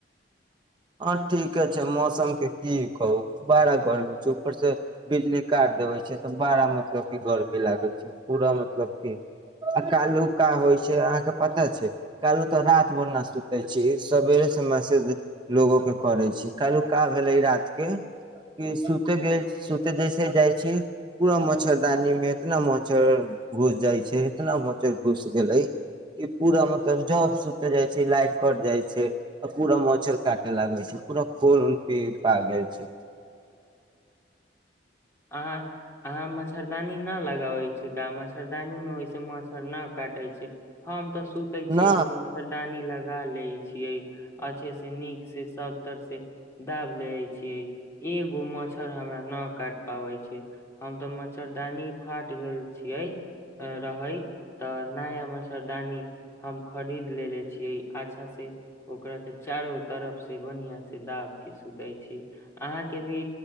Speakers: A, on the right; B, on the left.
A: हँ ठीके छै मौसमके की कहू बड़ा गर्मी छै ऊपरसे बिजली काटि देबै छै तऽ बड़ा मतलब कि गर्मी लागै छै पूरा मतलब कि आ कालो का होइ छै अहाँके पता छै कालहो तऽ राति भरि ना सुतै छी सवेरेसे मैसेज लोगो के करे छी कलुका भेले रात के कि सुते गेल सुते जैसे जाइ छी पूरा मच्छरदानी मे इतना मच्छर घुस जाइ छै इतना मच्छर घुस गेले कि पूरा मतलब जब सुते जाइ छै लाइट कट जाइ छै आ पूरा मच्छर काट लागै छै पूरा खुन उन पी पा गेल छै
B: अहाॅं अहाॅं मच्छरदानी न लग लगाबै छै का मच्छ मच्छरदानी में ओहिसे मच्छर न काटे छै हम तऽ सुते छियै
A: न
B: त मच्छरदानी लगा ले छियै अच्छे से नीक से सबतर से दाब ले छियै एगो मच्छर हमरा न काट छै हम तऽ मच्छरदानी फाट गैल छियै रहइ तऽ नया मच्छर दानी हम खरीद लेने छीयै अच्छा से ओकरा के चारो तरफ से बढ़िया से दाब के सुते छी अहाँ के भी